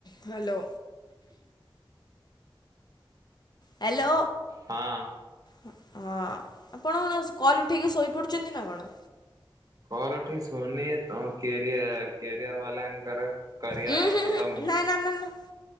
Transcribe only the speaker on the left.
Hello. Hello.
ହଁ ଆପଣ କଣ କଲ୍ ଉଠିକି ଶୋଇପଡୁଛନ୍ତି ନା କଣ?
ଉଁ ହୁଁ
ହୁଁ
ନାଇଁ ନା